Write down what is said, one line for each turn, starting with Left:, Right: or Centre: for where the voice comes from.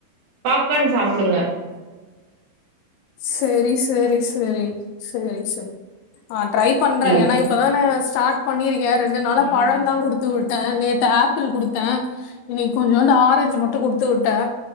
Right: பாப் உக்கான் சாப்டுங்க
Left: சரி சரி சரி சரி சரி ஆ ட்ரை பண்றேன்
Right: ம்
Left: ஏன்னா இப்பதானே ஸார்ட் பண்ணிரிங் ரெண்டு நாளா
Right: ம்
Left: பழம் தா குடுத்து வுட் டுத்த நேத்து ஆப்பிள் குடுத்தே இன்னைகி கொஞ்டு ஆரஞ்சு மட்டு குத் தூட்ட